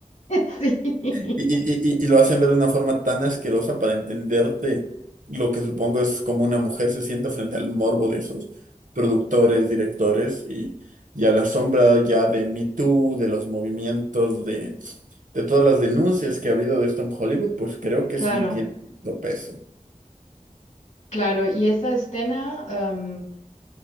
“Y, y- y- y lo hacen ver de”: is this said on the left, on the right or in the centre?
Right